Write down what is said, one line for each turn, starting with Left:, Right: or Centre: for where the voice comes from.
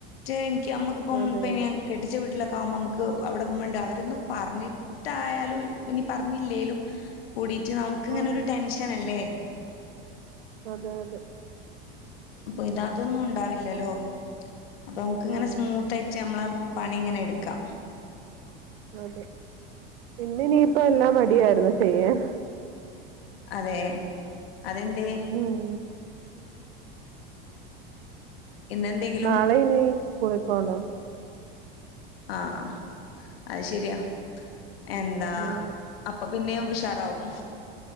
Left: മറ്റേ എനിക്ക് നമ്മക്കിപ്പം
Right: അതെ അതെ
Left: കെട്ടിച്ച വീട്ടില ആവുമ്പോ നമുക്ക് അവിടെഉമ്മണ്ട് അവരൊന്നും പറഞ്ഞിട്ടായാലും ഇനി പറഞ്ഞില്ലേലും കൂടി ച നമുക്കിങ്ങനൊ
Right: ആഹ്
Left: ഒരു ടെൻഷൻ അല്ലേ.
Right: അതെ അതെ.
Left: അപ്പൊ ഇത അതൊന്നും ഉണ്ടാവില്ലല്ലോ, അപ്പൊ നംക്ക് ഇങ്ങനെ
Right: ആഹ്
Left: സ്മൂത്ത് ആയിട്ട് നമ്മള പണി ഇങ്ങനെ എടുക്കാം.
Right: അതെ ഇന്നിനീയിപ്പ എല്ലാം മടിയായിരുന്നു ചെയ്യാൻ.
Left: അതെ അതെന്തേ?
Right: ഉം
Left: ഇന്നെന്തെങ്കിലും
Right: നാളെ നീ സ്കൂളി പോണോ?
Left: ആഹ അത് ശരിയാ എന്താ
Right: അങ്ങനെ
Left: അപ്പൊ പിന്നെയും ഉഷാറാവും